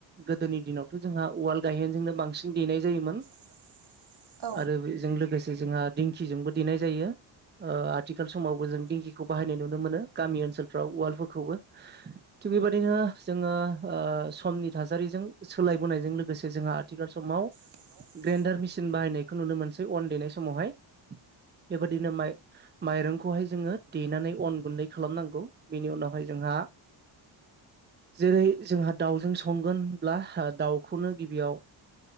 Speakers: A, on the right; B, on the right.
A: गोदोनि दिनावथ' जोंहा उवाल गायेनजोंनो बांसिन देनाय जायोमोन।
B: <inaudible> औ
A: आरो बेजों लोगोसे जोंहा दिंखिजोंबो देनाय जायो। ओ आथिखाल समावबो जों दिंखिखौ बाहायनाय नुनो मोनो गामि ओनसोलफ्राव उवालफोरखौबो। थिग बेबायदिनो जोङो ओ समनि थासारिजों सोलायबोनायजों लोगोसे जोंहा आथिखाल समाव
B: <unintelligible>
A: ग्रेनडार मिसिन बाहाय नायखौ नुनो मोनोसै अन देनाय समावहाय बेबायदिनो माइ माइरंखौहाय जोङो देनानै अन गुन्दै खालामनांगौ बिनि उनावहाय जोंहा जेरै जोंहा दाउजों संगोनब्ला दाउखौनो गिबियाव